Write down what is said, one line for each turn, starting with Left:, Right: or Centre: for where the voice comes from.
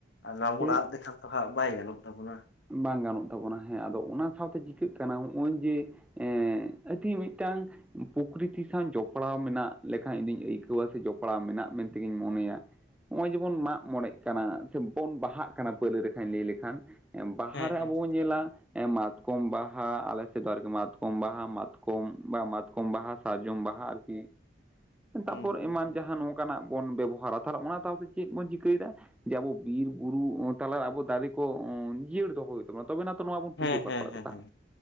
Left: ᱟᱨ, ᱱᱚᱣᱟ
Centre: ᱥᱮ
Left: ᱵᱚᱱ, ᱟᱫ ᱞᱮᱠᱷᱟᱱ ᱫᱚ ᱦᱟᱸᱜ, ᱵᱟᱭ ᱜᱟᱱᱚᱜ ᱛᱟᱵᱚᱱᱟ ᱾
Centre: ᱵᱟᱝ ᱜᱟᱱᱚᱜ ᱛᱟᱵᱚᱱᱟ᱾ ᱦᱮᱸ, ᱟᱫᱚ, ᱚᱱᱟ ᱥᱟᱶᱛᱮ, ᱪᱤᱠᱟᱹᱜ ᱠᱟᱱᱟ, ᱦᱚᱜᱼᱚᱭ, ᱡᱮ ᱮᱸᱻ, ᱟᱹᱰᱤ, ᱢᱤᱫᱴᱟᱝ ᱯᱚᱠᱨᱤᱛᱤ ᱥᱟᱶ, ᱡᱚᱯᱲᱟᱣ ᱢᱮᱱᱟᱜ, ᱞᱮᱠᱟᱸᱧ, ᱤᱧᱫᱩᱧ ᱟᱹᱭᱠᱟᱹᱣᱟ, ᱥᱮ, ᱡᱚᱯᱲᱟᱣ ᱢᱮᱱᱟᱜ, ᱢᱮᱱᱛᱮ ᱜᱤᱧ ᱢᱚᱱᱮᱭᱟ ᱾ ᱱᱚᱜᱼᱚᱭ, ᱡᱮ ᱵᱚᱱ, ᱢᱟᱜ ᱢᱚᱬᱮᱜ ᱠᱟᱱᱟ, ᱥᱮ ᱵᱚᱱ, ᱵᱟᱦᱟᱜ ᱠᱟᱱᱟ, ᱯᱟᱹᱭᱞᱟᱹ ᱨᱮᱠᱷᱟᱧ ᱞᱟᱹᱭ ᱞᱮᱠᱷᱟᱱ ᱵᱟᱦᱟ
Left: ᱦᱮᱸ
Centre: ᱨᱮ,
Left: ᱦᱮᱸ
Centre: ᱟᱵᱚ ᱵᱚᱱ, ᱧᱮᱞᱟ ᱮ ᱢᱟᱛᱠᱚᱢ ᱵᱟᱦᱟ ᱟᱞᱮ ᱥᱮᱫ ᱫᱚ ᱟᱨᱠᱤ ᱢᱟᱛᱠᱚᱢ ᱵᱟᱦᱟ, ᱢᱟᱛᱠᱚᱢ ᱵᱟ, ᱢᱟᱛᱠᱚᱢ ᱵᱟᱦᱟ ᱥᱟᱨᱡᱚᱢ ᱵᱟᱦᱟ ᱟᱨᱠᱤ ᱛᱟᱯᱚᱨ
Left: ᱦᱩᱸ ᱦᱩᱸ
Centre: ᱮᱢᱟᱱ
Left: ᱦᱩᱸ
Centre: ᱡᱟᱦᱟᱸ ᱱᱚ- -ᱠᱟ ᱱᱟᱜ ᱵᱚᱱ ᱵᱮᱵᱚᱦᱟᱨᱟ ᱛᱟᱞᱮ ᱚᱱᱟ ᱛᱟᱞ ᱛᱮ ᱪᱮᱜ ᱵᱚᱱ ᱪᱤᱠᱟᱹᱭᱮᱫᱟ? ᱡᱮ ᱵᱚ ᱵᱤᱨ, ᱵᱩᱨᱩ ᱚᱸ ᱛᱟᱞᱟ ᱨᱮ ᱟᱵᱚ ᱫᱟᱨᱮ ᱠᱚ ᱚᱸ ᱡᱤᱭᱟᱹᱲ ᱫᱚᱦᱚ ᱭᱩᱜ ᱛᱟᱵᱚᱱᱟ ᱛᱚᱵᱮ ᱱᱟᱛᱚ ᱱᱚᱣᱟ ᱵᱚᱱ ᱯᱩᱡᱟᱹ
Left: ᱦᱮᱸ
Centre: ᱯᱟᱥᱲᱟ
Left: ᱦᱮᱸ ᱦᱮᱸ
Centre: ᱫᱟᱛᱟ᱾
Left: ᱦᱮᱸ